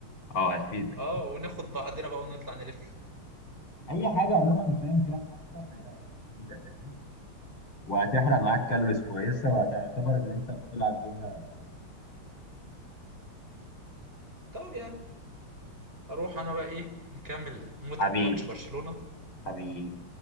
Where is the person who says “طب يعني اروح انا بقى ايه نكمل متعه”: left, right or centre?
Right